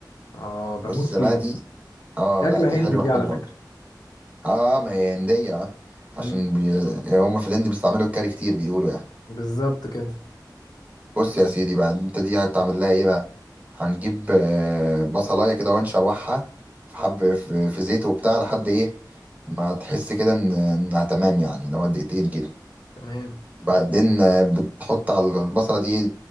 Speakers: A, on the left (about 60°); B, on the right (about 20°).
A: اه بموت
B: بص
A: فيها
B: بقى دي اه
A: دي
B: لا
A: أكلة
B: دي حلوه
A: هندي دي
B: حلوه
A: على فكرة
B: بقى اه ما هي هنديه آه، عشان
A: امم
B: بي... هما في الهند بيستعملوا الكاري كتير بيقولوا يعني
A: بالظبط كده
B: بص يا سيدي بقى انت دي هتعمل لها ايه بقى هنجيب آه، بصلايه كده ونشوحها في حب في في زيت وبتاع لحد ايه ما تحس كده ان انها تمام يعني لو دقيقتين كده
A: تمام
B: بعدين آه، بتحط على البصله دي